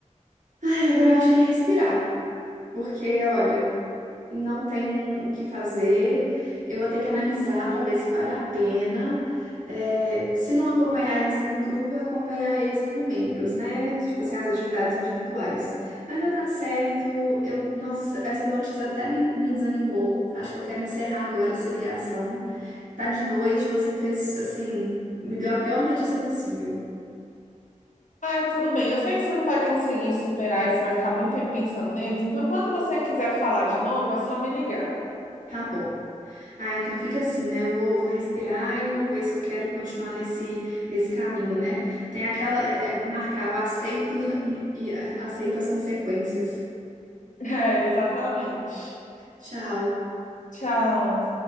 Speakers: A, on the right; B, on the left.
A: Ai, agora eu acho que é respirar, porque, olha. não tem o que fazer, eu vou ter que analisar para ver se vale a pena. É, se não acompanhar eles como grupo, acompanhar eles como membros, né? Tipo assim, as atividades individuais. Mas vai dar certo. Eu, nossa, essa essa notícia até me, me desanimou. Acho que eu quero encerrar agora essa ligação. Tá de noite, você fez assim, me deu a pior notícia possível.
B: Ai, tudo bem. Eu sei que você não vai conseguir superar e você vai ficar muito tempo pensando neles. Então, quando você quiser falar de novo, é só me ligar. <laughs>
A: Tá bom. Ah, então fica assim, né? Eu Vou, vou respirar e vou ver se eu quero continuar nesse, nesse caminho, né? Tem aquela, é, é, marcar o aceito <laughs> e, e é, aceito as consequências.
B: É, exatamente.
A: Tchau.
B: Tchau.